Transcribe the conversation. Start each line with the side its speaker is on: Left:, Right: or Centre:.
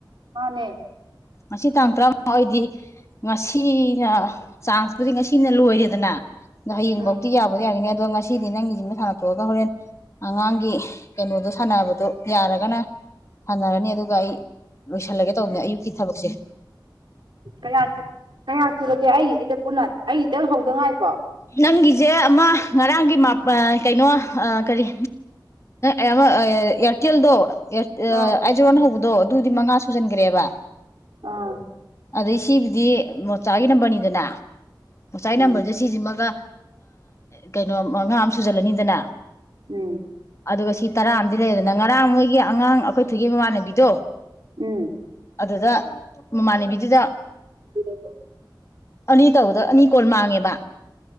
Right: ꯃꯥꯅꯦ
Left: ꯉꯁꯤ ꯇꯥꯡ ꯇꯔꯥꯃꯉꯥ ꯑꯣꯏꯗꯤ ꯉꯁꯤꯅ ꯆꯥꯟꯁꯄꯨꯗꯤ ꯉꯁꯤꯅ ꯂꯣꯏꯔꯦꯗꯅ ꯑꯗꯣ ꯍꯌꯦꯡꯐꯧꯗꯤꯤ
Right: ꯎꯝ
Left: ꯌꯥꯕꯗꯤ ꯌꯥꯒꯤꯅꯤ ꯑꯗꯣ ꯉ ꯁꯤꯗꯤ ꯅꯪꯒꯤꯁꯤꯃ ꯁꯥꯟꯅ ꯊꯣꯛꯑꯒ ꯍꯣꯔꯦꯟ ꯑꯉꯥꯡꯒꯤ ꯀꯩꯅꯣꯗꯣ ꯁꯥꯟꯅꯕꯗꯣ ꯌꯥꯔꯒꯅ ꯁꯥꯟꯅꯔꯅꯤ ꯑꯗꯨꯒ ꯑꯩ ꯂꯣꯏꯁꯜꯂꯒꯦ ꯇꯧꯕꯅꯦ ꯑꯌꯨꯛꯀꯤ ꯊꯕꯛꯁꯦ
Right: ꯎꯌꯥ ꯀꯌꯥ ꯁꯨꯔꯒꯦ ꯑꯩꯒꯤꯁꯤꯗ ꯄꯨꯟꯅ ꯑꯩꯁꯤꯗꯪ ꯍꯧꯗꯉꯥꯏꯕꯣ
Left: ꯅꯪꯒꯤꯁꯦ ꯑꯃ ꯉꯔꯥꯡꯒꯤ ꯀꯩꯅꯣ ꯀꯔꯤ ꯏ ꯌꯥꯝ ꯏꯔꯇꯜꯗꯣ ꯑꯥꯏꯖꯔꯣꯟ
Right: ꯑꯥ
Left: ꯍꯧꯕꯗꯣ ꯑꯗꯨꯗꯤ ꯃꯉꯥ ꯁꯨꯖꯟꯈ꯭ꯔꯦꯕ
Right: ꯑꯥ
Left: ꯑꯗꯩ ꯁꯤꯕꯨꯗꯤ ꯃꯣꯆꯥꯒꯤ ꯅꯝꯕꯔꯅꯤꯗꯅ ꯃꯣꯆꯥꯒꯤ
Right: ꯎꯝ
Left: ꯅꯝꯕꯔꯁꯦ ꯑꯃꯒ ꯀꯩꯅꯣ ꯉ ꯉꯥ ꯑꯃ ꯁꯨꯖꯜꯂꯅꯤꯗꯅ
Right: ꯎꯝ
Left: ꯑꯗꯨꯒ ꯁꯤ ꯇꯔꯥ ꯑ ꯂꯩꯗꯅ ꯉꯔꯥꯡ ꯃꯣꯏꯒꯤ ꯑꯉꯥꯡ ꯑꯩꯈꯣꯏ ꯊꯨꯒꯤ ꯃꯃꯥꯟꯅꯕꯤꯗꯣ
Right: ꯎꯝ
Left: ꯑꯗꯨꯗ ꯃꯃꯥꯟꯅꯕꯤꯗꯨꯗ
Right: ꯑꯗꯨꯗ
Left: ꯑꯅꯤ ꯇꯧꯕꯗ ꯑꯅꯤ ꯀꯣꯜ ꯃꯥꯡꯉꯦꯕ